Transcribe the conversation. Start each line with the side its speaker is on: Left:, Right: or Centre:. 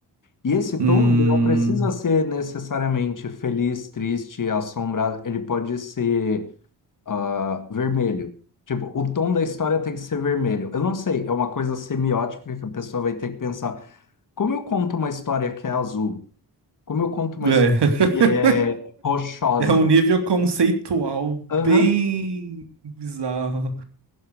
Left: E esse
Right: hum,
Left: tom, ele não precisa
Right: é,
Left: ser necessariamente feliz, triste, assombrado, ele pode ser ah, vermelho. Tipo, o tom da história tem que ser vermelho. Eu não sei, é uma coisa semiótica que a pessoa vai ter que pensar. Como eu conto uma história que é azul? Como eu conto uma
Right: <laughs>
Left: história que é rochosa?
Right: é um nível conceitual bem
Left: Aham,
Right: bizarro.